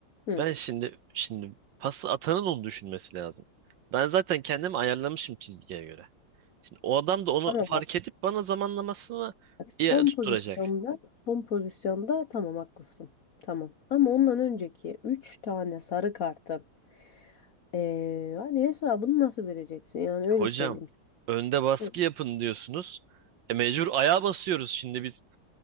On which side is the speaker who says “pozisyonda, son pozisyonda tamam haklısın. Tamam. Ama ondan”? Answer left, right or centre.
Left